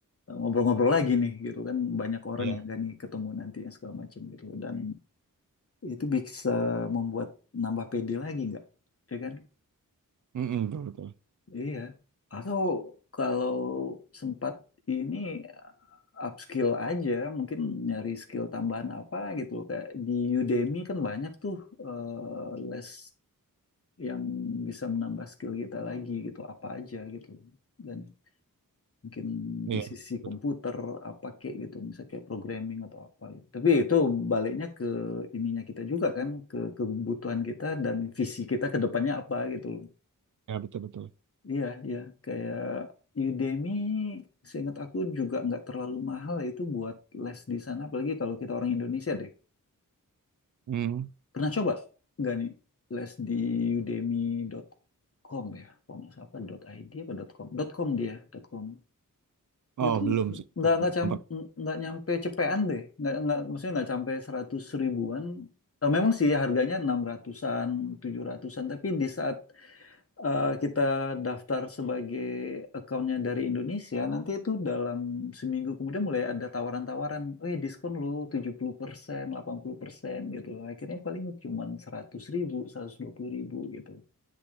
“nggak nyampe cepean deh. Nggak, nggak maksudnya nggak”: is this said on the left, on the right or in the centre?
Left